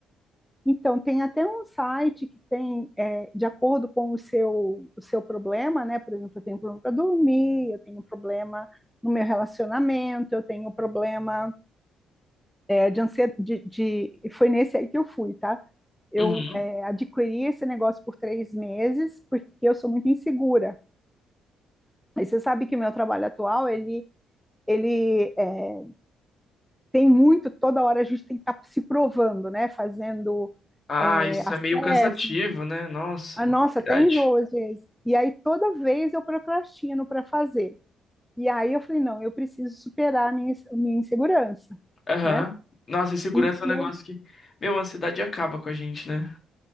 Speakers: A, in the centre; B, on the left.
A: Então, tem até um site que tem, é, de acordo com o seu, o seu problema, né? Por exemplo, eu tenho um problema para dormir, eu tenho um problema no meu relacionamento, eu tenho um problema é, de ansiedade. De, de, foi nesse aí que eu fui, tá? eu
B: Uhum.
A: é, adquiri esse negócio por três meses porque eu sou muito insegura. E você sabe que o meu trabalho atual, ele, ele é, tem muito, toda hora a gente tem que estar tá se provando, né? Fazendo
B: Ah,
A: é,
B: isso
A: acesso.
B: é meio cansativo, né? Nossa,
A: A nossa,
B: verdade.
A: até enjoo às vezes. E aí toda vez eu procrastino para fazer. E aí eu falei, não, eu preciso superar a minha, a minha insegurança,
B: Aham.
A: né?
B: Nossa, insegurança
A: Então,
B: é um negócio que. Meu, a ansiedade acaba com a gente, né?